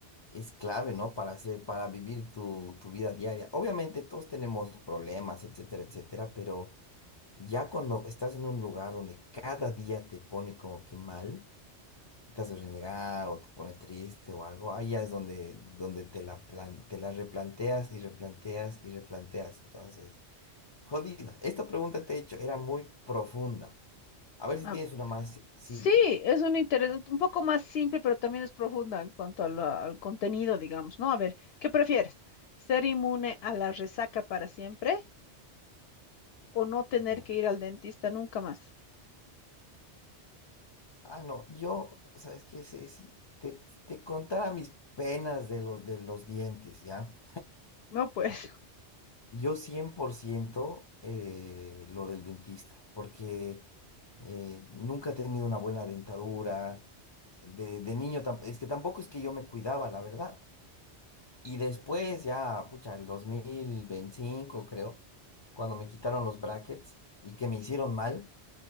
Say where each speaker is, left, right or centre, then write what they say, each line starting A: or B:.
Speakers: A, on the left; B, on the left.
A: es clave, ¿no? Para hacer, para vivir tu, tu vida diaria. Obviamente todos tenemos problemas, etcétera, etcétera, pero ya cuando estás en un lugar donde cada día te pone como que mal. te hace renegar o te pone triste o algo, ahí ya es donde, donde te la plan- te la replanteas y replanteas y replanteas. Entonces, jodida. Esta pregunta te he hecho, era muy profunda. A ver si
B: Ah,
A: tienes una más sencilla.
B: sí, es un interés un poco más simple, pero también es profunda en cuanto a la- al contenido, digamos, ¿no? A ver, ¿qué prefieres? ¿Ser inmune a la resaca para siempre o no tener
A: Ya.
B: que ir al dentista nunca más?
A: Ah, no, yo, ¿sabes qué? Si, si te, te contara mis penas de los, de los dientes, ¿ya?
B: No, pues, <laughs>
A: Yo 100% eh, lo del dentista, porque eh, nunca he tenido una buena dentadura. De, de niño, tam- es que tampoco es que yo me cuidaba, la verdad. Y después ya, pucha, el 2025 creo, cuando me quitaron los brackets y que me hicieron mal,